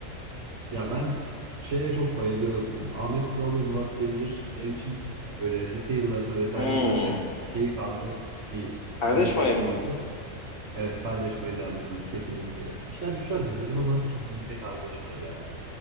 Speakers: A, on the right (about 60°); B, on the left (about 45°).
A: Ya ben şeye çok bayılıyorum ya. Ahmet Kural ve Murat Cemcir benim için böyle lise yıllarında vesaire
B: Hmm.
A: izlerken de çok keyif aldığım bir
B: Kardeş
A: komedi
B: Payı
A: ekibiydi.
B: mı?
A: Evet Kardeş Payı derdim ben kesinlikle yani. İşler Güçler de izledim ama kesinlikle Kardeş Payı yani.